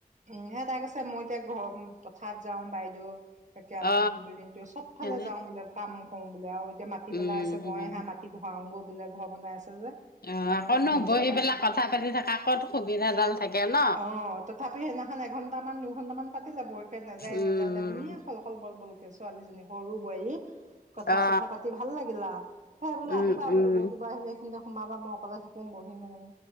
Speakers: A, on the right; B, on the left.
A: উম হে তাক কৈছে মই এতিয়া ঘৰ পথাৰত যাওঁ বাইদেউ। তাকে
B: অ
A: আমি দিনতটো দিনটো চবফালে
B: সেনে
A: যাওঁ বোলে কাম কৰো বোলে আৰু এতিয়া মাতি
B: উম
A: পেলাই আছে মইয়ে
B: উম
A: হে মাটি ভৰাও গৈ বোলে ঘৰ বনাই আছে যে।
B: অ
A: অনুদানৰ
B: আকৌনো
A: ঘৰ
B: বহি
A: চৰ পাইছে
B: পেলাই কথা পাতি থকা ক'ত সুবিধাডাল থাকে ন।
A: অ তথাপি সেইদিনাখন এঘণ্টামান দুঘণ্টামান পাতিলে বৌকে নাযায়
B: উম
A: নাযায় তাই ধুনীয়া হ'ল। শল বল‌ বল বলকে ছোৱালীজনী সৰু বোৱাৰী কথা
B: অ
A: চথা পাতিব ভাল লাগিল আও। সেই বোলো
B: উম
A: আহিবা বোলো
B: উম
A: গৰু দিব আহিলে সেইখিনিতে সোমাবা মই অকলে থাকো বহিম এনেকে।